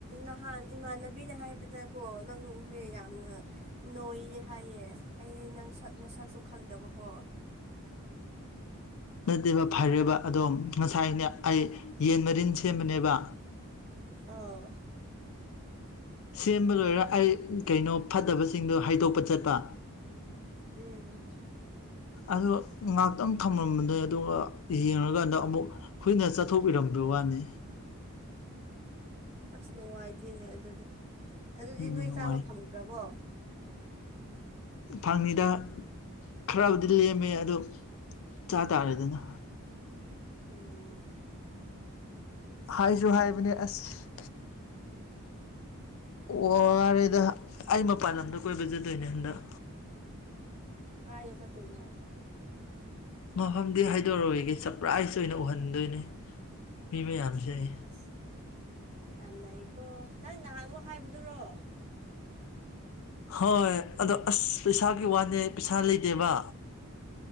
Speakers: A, on the right; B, on the left.
A: ꯅꯍꯥꯟ ꯏꯃꯥꯟꯅꯕꯤꯅ ꯍꯥꯏꯕꯗꯀꯣ ꯅꯪꯖꯦ ꯌꯥꯝꯅ ꯅꯣꯏꯌꯦ ꯍꯥꯏꯌꯦ ꯑꯩꯗꯤ ꯅꯪ ꯅꯁꯛꯁꯨ ꯈꯪꯗꯕꯀꯣ
B: ꯅꯠꯇꯦꯕ ꯐꯔꯦꯕ ꯑꯗꯣ ꯉꯁꯥꯏꯅꯦ ꯑꯩ ꯌꯦꯟ ꯃꯔꯤꯟ ꯁꯦꯝꯕꯅꯦꯕ
A: ꯑꯥꯎ <unintelligible>
B: ꯁꯦꯝꯕ ꯂꯣꯏꯔ ꯑꯩ ꯀꯩꯅꯣ ꯐꯠꯇꯕꯁꯤꯡꯗꯣ ꯍꯥꯥꯩꯗꯣꯛꯄ ꯆꯠꯄ
A: ꯎꯝ
B: ꯑꯗꯣ ꯉꯥꯏꯍꯥꯛꯇꯪ ꯊꯝꯂꯝꯕꯅꯦ ꯑꯗꯨꯒ ꯌꯦꯡꯉꯀꯥꯟꯗ ꯑꯃꯨꯛ ꯍꯨꯏꯅ ꯆꯠꯊꯣꯛꯢꯔꯝꯕ <unintelligible> ꯋꯥꯅꯦ
A: ꯑꯁ ꯅꯨꯡꯉꯥꯏꯇꯦꯌꯦ ꯑꯗꯨꯗꯤ ꯑꯗꯨꯗꯤ
B: ꯎꯝ
A: ꯅꯣꯏ
B: ꯅꯨꯡꯉꯥꯏ
A: ꯆꯥꯕ ꯐꯪꯗ꯭ꯔꯕꯣ
B: ꯐꯪꯉꯤꯗꯥ ꯈꯔꯕꯨꯗꯤ ꯂꯦꯝꯃꯦ ꯑꯗꯣ ꯆꯥ ꯇꯥꯔꯦꯗꯅꯥ
A: ꯑꯣ ꯑꯁ
B: ꯍꯥꯏꯁꯨ ꯍꯥꯏꯕꯅꯤ ꯑꯁ ꯋꯥꯔꯦꯗ ꯑꯩ ꯃꯄꯥꯟ ꯂꯝꯗ ꯀꯣꯏꯕ ꯆꯠꯇꯣꯏꯅꯦ ꯍꯟꯗꯛ
A: ꯀꯥꯏꯗ ꯥꯆꯠꯇꯣꯏꯅꯣ
B: ꯃꯐꯝꯗꯤ ꯍꯥꯏꯗꯣꯛꯑꯔꯣꯏꯒꯦ ꯁꯄ꯭ꯔꯥꯏꯁ ꯑꯣꯏꯅ ꯎꯍꯟꯗꯣꯏꯅꯦ ꯃꯤ ꯃꯌꯥꯝꯁꯦ ꯑꯩ
A: ꯑꯁ ꯌꯥꯝꯅꯩꯀꯣ ꯅꯪ ꯅꯍꯥꯟꯃꯨꯛ ꯍꯥꯏꯕꯗꯨꯔꯣ
B: ꯍꯣꯏ ꯑꯗꯣ ꯑꯁ ꯄꯩꯁꯥꯒꯤ ꯋꯥꯅꯦ ꯑꯩ ꯄꯩꯁꯥ ꯂꯩꯇꯦꯕ